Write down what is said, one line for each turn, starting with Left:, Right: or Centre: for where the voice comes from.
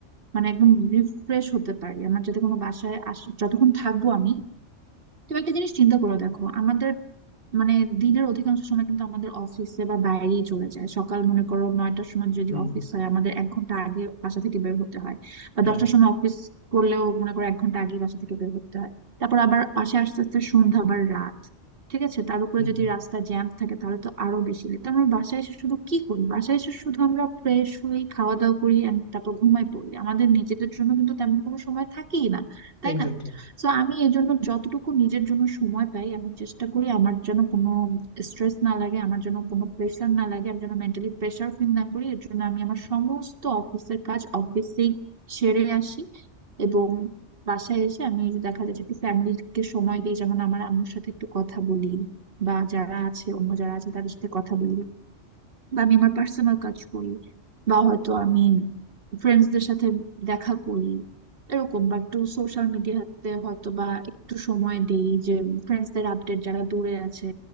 Right: মানে একদম রিফ্রেশ হতে পারি আমার যাতে কোনো বাসায় আস যতক্ষণ থাকবো আমি তুমি একটা জিনিস চিন্তা করে দেখো আমাদের মানে দিনের অধিকাংশ সময় কিন্তু আমাদের অফিসে বা বাইরেই চলে যায় সকাল মনে করো নয়টার সময় যদি
Left: হুম
Right: অফিস হয় আমাদের এক ঘন্টা আগে বাসা থেকে বের হতে হয় বা
Left: হ্যাঁ
Right: দশটার সময় অফিস করলেও মনে করো এক ঘন্টা আগে বাসা থেকে বের হতে হয় তারপর আবার বাসায় আস্তে আস্তে সন্ধ্যা আবার রাত ঠিক আছে তার উপরে
Left: হুম
Right: যদি রাস্তা জ্যাম থাকে তাহলে তো আরো বেশি লেট তো আমরা বাসায় এসে শুধু কি করি বাসায় এসে শুধু আমরা ফ্রেশ হই খাওয়া দাওয়া করি and তারপর ঘুমায় পড়ি আমাদের নিজেদের জন্য কিন্তু তেমন কোনো সময় থাকেই না তাই
Left: এক্স্যাক্টলি
Right: না সো আমি এই জন্য যতটুকু নিজের জন্য সময় পাই আমি চেষ্টা করি আমার যেন কোনো স্ট্রেস না লাগে আমার যেন কোনো প্রেশার না লাগে আমি যেন মেন্টালি প্রেশার ফিল না করি এর জন্য আমি আমার সমস্ত অফিসের কাজ অফিসেই সেরে আসি এবং বাসায় এসে আমি দেখা যায় যে একটু ফ্যামিলিকে সময় দিই যেমন আমার আম্মুর সাথে একটু কথা বলি বা যারা আছে অন্য যারা আছে তাদের সাথে কথা বলি বা আমি আমার পার্সোনাল কাজ করি বা হয়তো আমি ফ্রেন্ডসদের সাথে দেখা করি এরকম বা একটু সোশ্যাল মিডিয়াতে হয়তো বা একটু সময় দেই যে ফ্রেন্ডসদের আপডেট যারা দূরে আছে